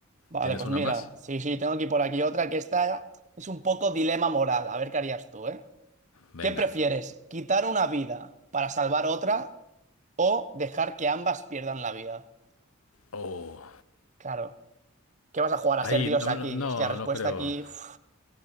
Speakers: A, on the right; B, on the left.
A: Vale,
B: ¿Tienes
A: pues
B: una
A: mira,
B: más?
A: sí, sí, tengo aquí por aquí otra que esta es un poco dilema moral. A ver qué harías tú, ¿eh?
B: Venga.
A: ¿Qué prefieres? ¿Quitar una vida para salvar otra o dejar que ambas pierdan la vida?
B: Oh,
A: Claro. ¿Qué vas a jugar a
B: ahí,
A: ser Dios
B: no,
A: aquí?
B: no, no
A: Es que la respuesta
B: no creo.
A: aquí... uf,